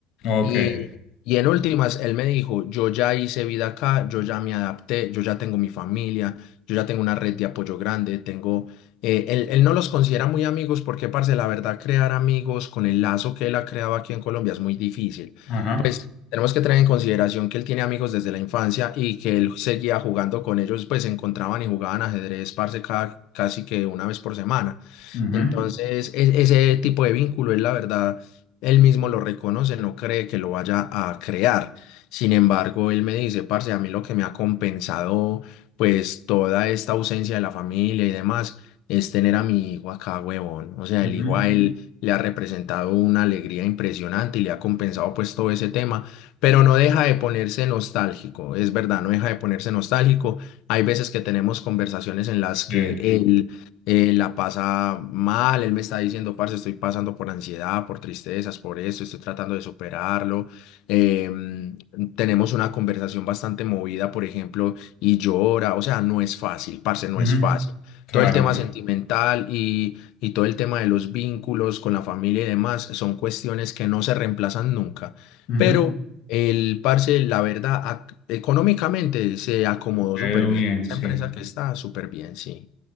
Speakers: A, on the left; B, on the left.
A: Ok.
B: Y, y en últimas, él me dijo, yo ya hice vida acá, yo ya me adapté, yo ya tengo mi familia, yo ya tengo una red de apoyo grande, tengo... eh, él, él no los considera muy amigos porque, parce, la verdad, crear amigos con el lazo que él ha creado aquí en Colombia es muy difícil.
A: Ajá.
B: Tenemos que tener en consideración que él tiene amigos desde la infancia y que él seguía jugando con ellos, pues se encontraban y jugaban ajedrez, parce, cada- casi que una vez por semana.
A: ujú,
B: Entonces, e- ese tipo de vínculo, él la verdad, él mismo lo reconoce, no cree que lo vaya a crear. Sin embargo, él me dice, parce, a mí lo que me ha compensado, pues, toda esta ausencia de la familia y demás, es tener a mi hijo acá, huevón. O sea,
A: ujú,
B: el hijo a él le ha representado una alegría impresionante y le ha compensado, pues, todo ese tema, pero no deja de ponerse nostálgico, es verdad, no deja de ponerse nostálgico. Hay veces que tenemos conversaciones en las que
A: Sí.
B: Sí. él eh, la pasa mal, él me está diciendo, parce, estoy pasando por ansiedad, por tristezas, por esto, estoy tratando de superarlo. Em, tenemos una conversación bastante movida, por ejemplo, y llora, o sea, no es fácil, parce, no
A: ujú,
B: es fácil.
A: Claro.
B: Todo el tema Mm, sentimental y, y todo el tema de los vínculos con la familia y demás son cuestiones que no se reemplazan nunca,
A: ujú,
B: pero el parce, la verdad, ac- económicamente se acomodó
A: Veo
B: súper bien.
A: bien,
B: Esa
A: sí.
B: empresa que está súper bien, sí.